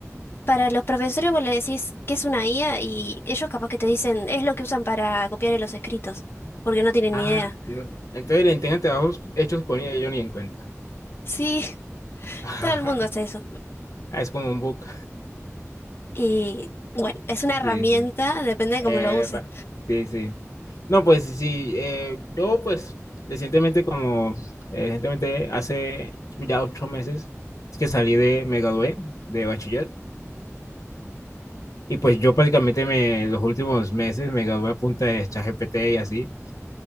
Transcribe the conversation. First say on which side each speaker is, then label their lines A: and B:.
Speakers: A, on the left; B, on the left.
A: Para los profesores vos le decís que es una IA y ellos capaz que te dicen es lo que usan para copiar en los escritos, porque no tienen
B: Ah,
A: ni idea.
B: no, entonces el entrega trabajos hechos por ella yo ni en cuenta.
A: Sí,
B: <laughs>
A: Todo el mundo hace eso.
B: Ah, es como un book.
A: Y bueno, es una herramienta,
B: Sí, sí.
A: depende de
B: Epa,
A: cómo lo uses.
B: sí, sí. No, pues sí, eh, yo pues recientemente como, eh, recientemente hace ya ocho meses es que salí de, me gradué de bachiller y pues yo prácticamente me, los últimos meses me gradué a punta de ChatGPT y así